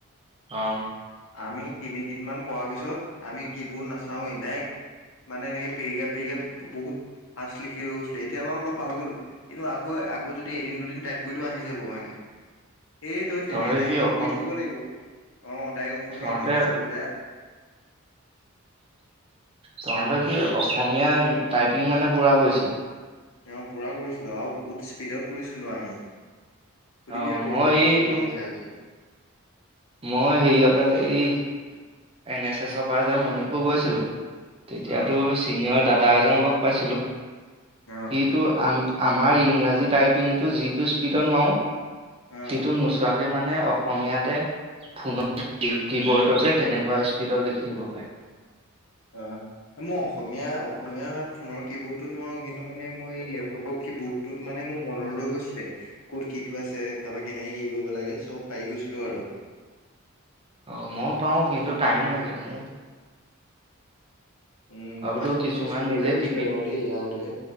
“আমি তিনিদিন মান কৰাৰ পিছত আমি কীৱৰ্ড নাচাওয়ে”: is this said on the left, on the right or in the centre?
Left